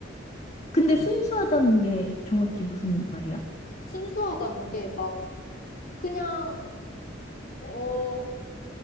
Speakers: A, on the left (about 35°); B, on the left (about 50°).
A: 근데 순수하다는 게 정확히 무슨 말이야?
B: 순수하다는 게 막, 그냥, 어,